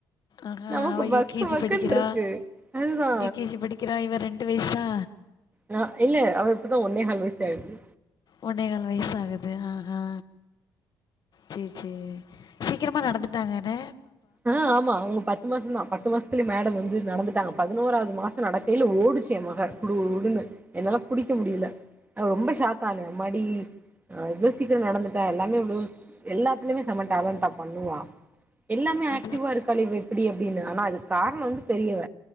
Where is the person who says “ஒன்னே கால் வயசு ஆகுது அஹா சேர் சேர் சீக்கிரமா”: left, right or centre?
Left